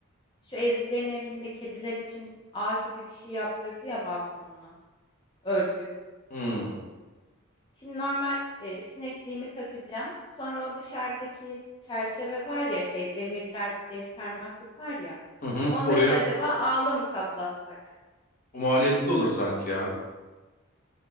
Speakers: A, on the left; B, on the left.
A: Şu Ezgilerin evinde kediler için ağ gibi bir şey yaptırdı ya balkonuna. Örgü.
B: Hmm.
A: Şimdi normal e, sinekliğimi takacağım. Sonra o dışarıdaki çerçeve var ya şey demirler, demir parmaklık var ya.
B: Hı hı.
A: Onları
B: Oraya
A: da acaba ağla mı kaplatsak?
B: o maliyetli olur sanki ya.